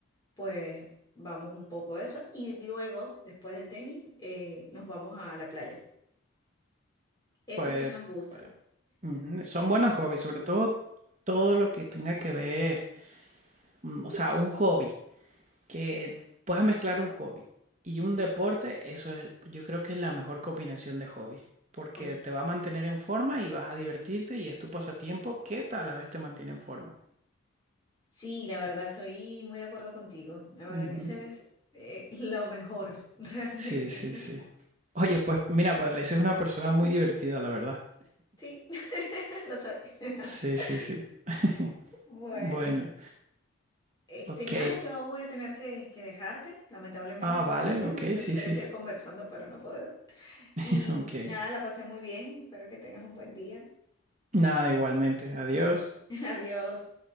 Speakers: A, on the left; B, on the right.
A: pues vamos un poco a eso y luego, después del tenis, eh, nos vamos a la playa. Eso
B: Pues.
A: sí nos gusta.
B: Ujú, Son buenos hobbies, sobre todo todo lo que tenga que ver, mm, o sea, un hobby, que puedas mezclar un hobby y un deporte, eso es, yo creo que es la mejor combinación de hobbies, porque
A: Oye,
B: te va a mantener en forma y vas a divertirte y es tu pasatiempo que ta- a la vez te mantiene en forma.
A: sí, la verdad estoy muy de acuerdo contigo. La verdad
B: Ujú.
A: que ese es eh, lo mejor, <laughs> realmente.
B: Sí, sí, sí. Oye, pues mira, pareces una persona muy divertida, la verdad.
A: Sí, <laughs> lo soy. <laughs>
B: Sí, sí, sí. <laughs>
A: Bueno,
B: Bueno,
A: este
B: ok.
A: nada, yo voy a tener que, que dejarte, lamentablemente.
B: Ah, vale,
A: <laughs>
B: ok,
A: Me
B: sí,
A: gustaría
B: sí.
A: seguir conversando, pero no puedo.
B: <laughs>
A: Y
B: Ok.
A: nada, la pasé muy bien. Espero que tengas un buen día.
B: Nada, igualmente. Adiós.
A: <laughs> Adiós.